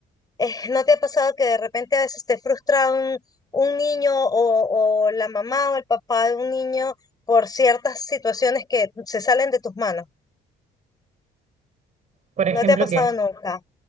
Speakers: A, on the left (about 20°); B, on the right (about 45°).
A: eh, ¿no te ha pasado que de repente a veces te frustra un, un niño o, o la mamá o el papá de un niño por ciertas situaciones que se salen de tus manos?
B: Por ejemplo,
A: ¿No te ha pasado
B: ¿qué?
A: nunca?